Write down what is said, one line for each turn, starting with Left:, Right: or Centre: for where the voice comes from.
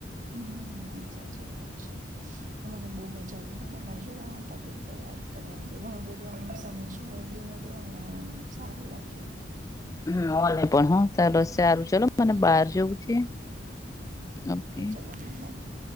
Right: હમ. હ સાચી વાત છે મને બહુ મજા આવી તમારી જોડે આ ટોપિક પર વાત કરી. ઘણું બધું આમ સમજવા બી મળ્યું અને સારું લાગ્યું.
Left: હ પણ હ ચાલ. સારું ચલો મને
Right: હમ
Left: બહાર જવું છે, ઓકે.
Right: ચલો હા બાય